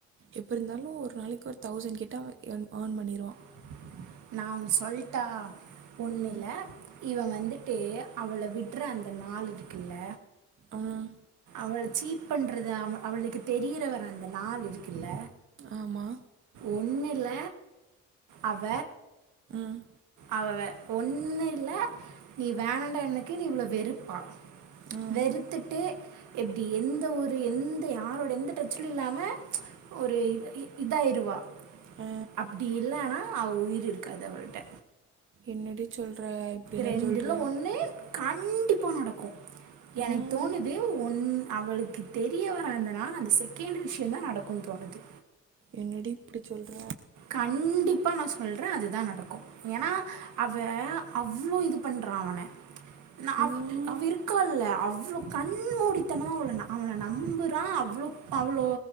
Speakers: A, on the right; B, on the right.
A: எப்போ இருந்தாலு ஒரு நாளைக்கு ஒரு தௌசண்ட் கிட்ட எ ஏர்ன் ஓன் பண்ணிருவா
B: <inaudible> நா ஒன் சொல்ட்டா ஒண்ணுல
A: ம்
B: இவ வந் துட்டு அவள விட்ற அந்த நாள் இருக்குல்ல
A: ம்
B: அவள சீட் பண்றது அவ அவளுக்கு தெரியிறவர அந்த நாள் இருக்குல்ல
A: ஆமா
B: ஒன்னில்ல அவ
A: ம்
B: அவெ ஒன்னு இல்ல நீ வேணாண்டா எனக்கு நீ இவ்ள வெறுப்பா
A: ம்
B: வெறுத்துட்டு எப்டி எந்த ஊரு எந்த யாரோட எந்த டச்லையு இல்லாம ஒரு இத இ இதாயிருவா
A: ஆ
B: அப்டி இல்லனா அவ உயிரு இருக்காது அவள்ட்ட
A: என்னடி சொல்கிற இப்படிலாம்
B: ரெண்டுல
A: சொல்கிற
B: ஒன்னு கண்டிப்பா நடக்கு எனக்
A: ம்
B: தோணுது ஒன் அவளுக்கு தெரிய வராதனால அந்த செகேண்டு விஷ்யொந் தா நடக்குன் தோணுது
A: என்னடி இப்டி சொல்ற
B: கண்டிப்பா நா சொல்ற அதுதா நடக்கு ஏன்னா அவ அவ்ளோ இது பண் ற அவன ந அவ்
A: ம்
B: அவ இருக்கால்ல அவ்ளோ கண் ண் மூடித்தனமா அவள அவன நம்புறா அவ்ளோ அவ்ளோ